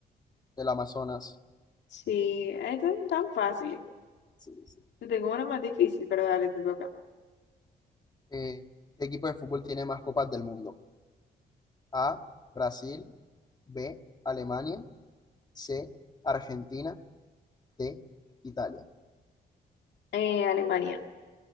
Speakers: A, on the left; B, on the left.
A: el Amazonas.
B: Sí, estas son tan fáciles.
A: Sí, sí.
B: Te tengo una más difícil, pero dale, te toca.
A: Eh, ¿qué equipo de fútbol tiene más copas del mundo? A, Brasil, B, Alemania, C, Argentina, D, Italia.
B: Eh, Alemania.